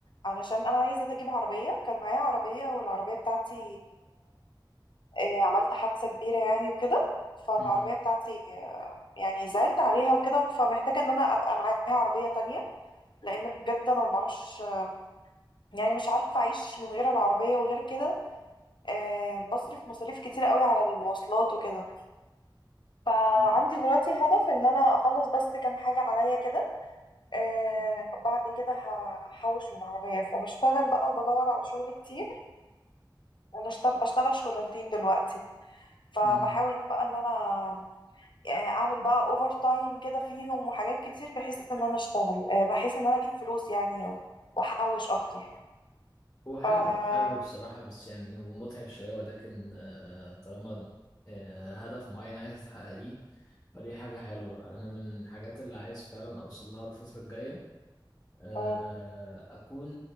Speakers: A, on the left (about 70°); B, on the left (about 30°).
A: علشان انا عايزه اجيب عربيه كان معايا عربيه والعربيه بتاعتي آه، عملت حادثة كبيرة يعني وكده فالعربية
B: مم.
A: بتاعتي آه، يعني زعلت عليها وكده فمحتاجة ان انا ابقى معايا عربية تانية لان بجد انا ما بعرفش يعني مش عارفة اعيش من غير العربية وغير كده آه، بصرف مصاريف كتير قوي على المواصلات وكده فعندي
B: مم.
A: دلوقتي الهدف ان انا اخلص بس كام حاجة عليا كده آه، بعد كده هحوش للعربية فبشتغل بقى وبدور على شغل كتير انا اشت- بشتغل شغلانتين دلوقتي فبحاول
B: مم.
A: بقى ان انا آه، اعمل بقى اوفر تايم كده فيهم وحاجات كتير بحيث ان انا اشتغل آه، بحيث ان انا اجيب فلوس يعني و- واحوش اكتر
B: هو حلو
A: ف
B: حلو بصراحة بس يعني هو متعب شوية ولكن آه، طالما آه، هدف معين عايز تحققيه فدي حاجة حلوة أنا من الحاجات اللي عايز فعلا أوصل لها الفترة الجاية آه،
A: مم،
B: اكون